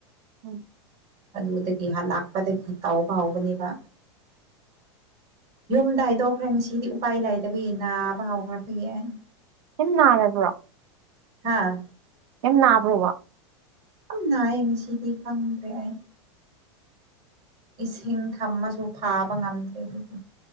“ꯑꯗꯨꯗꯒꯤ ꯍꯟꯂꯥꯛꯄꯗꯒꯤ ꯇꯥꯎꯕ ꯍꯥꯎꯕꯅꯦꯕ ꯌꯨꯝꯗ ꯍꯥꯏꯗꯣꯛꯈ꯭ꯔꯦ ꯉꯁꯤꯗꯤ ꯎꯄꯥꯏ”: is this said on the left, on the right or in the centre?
Right